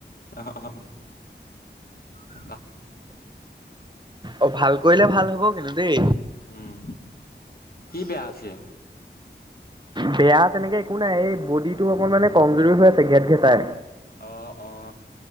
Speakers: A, on the left; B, on the right.
A: অ অ অ।
B: অ, ভাল কৰিলে ভাল হব কিন্তু দেই।
A: উম, কি বেয়া আছে?
B: বেয়া তেনেকে একো নাই, এই বডিটো অকনমানে কমজৰি হৈ আছে ঘেট-ঘেটাই।
A: অ' অ।